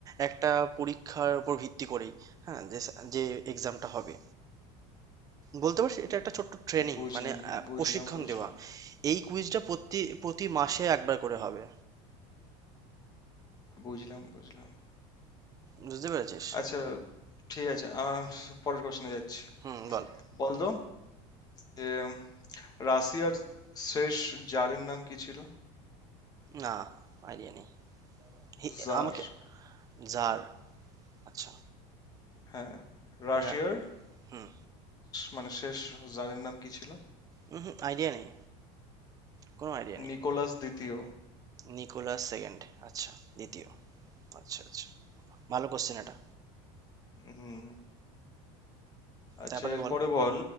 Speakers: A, on the right; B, on the left.
A: একটা পরীক্ষার উপর ভিত্তি করেই হ্যাঁ যে যে এক্সামটা হবে বলতে পারছি এটা একটা ছোট্ট ট্রেনিং
B: বুঝলাম
A: মানে আহ,
B: বুঝলাম
A: প্রশিক্ষণ
B: বুঝলাম
A: দেওয়া এই কুইজটা প্রতি প্রতি মাসে একবার করে হবে
B: বুঝলাম বুঝলাম
A: বুঝতে পেরেছিস
B: আচ্ছা ঠিক আছে আহ, পরের কোশ্চেনে যাচ্ছি
A: হুম বল
B: বল তো যে রাশিয়ার শেষ জারের নাম কি ছিল
A: না আইডিয়া নেই হি-
B: জার
A: আমাকে জার আচ্ছা
B: হ্যাঁ রাশিয়ার
A: জার হুম
B: মানে শেষ জারের নাম কি ছিল
A: হুম আইডিয়া নেই কোনো আইডিয়া নেই
B: নিকোলাস দ্বিতীয়
A: নিকোলাস সেকেন্ড আচ্ছা দ্বিতীয় আচ্ছা আচ্ছা ভালো কোশ্চেন এটা
B: হুম আচ্ছা
A: তারপরে
B: এরপরে
A: বল
B: বল